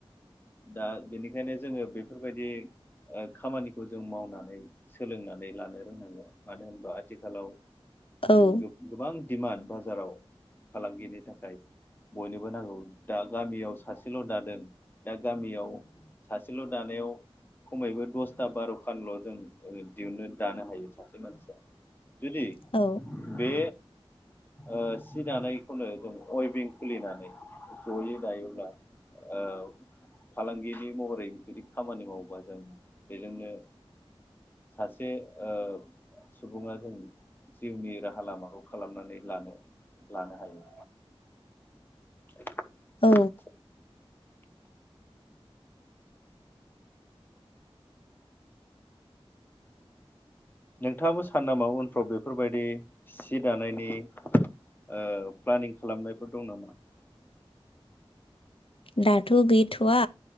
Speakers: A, on the left; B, on the left.
A: दा बेनिखायनो जोङो बेफोरबायदि ओ खामानिखौ जों मावनानै सोलोंनानै लानो रोंनांगौ मानो होनबा आथिखालाव।
B: औ
A: गो-गोबां दिमान बाजाराव फालांगिनि थाखाय बयनोबो नांगौ दा गामियाव सासेल' दादों दाग गामियाव सासेल' दानायाव खमोयबो दसथा बार'खानल' जों ओ दिहुननो दानो हायो सासे मानसिया। जुदि
B: औ
A: बे ओ सि दानायखौनो जों अयभिं खुलिनानै जयै दायोब्ला ओ फालांगिनि महरै जुदि खामानि मावोबा जों बेजोंनो सासे ओ सुबुङा जों जिउनि राहा लामाखौ खालामनानै लानो लानो हायो। <inaudible>
B: औ
A: नोंथाङाबो सानो नामा उनफ्राव बेफोरबायदि सि दानायनि ओ प्लानिं खालामनायफोर दं नामा?
B: दाथ' गैथ'वा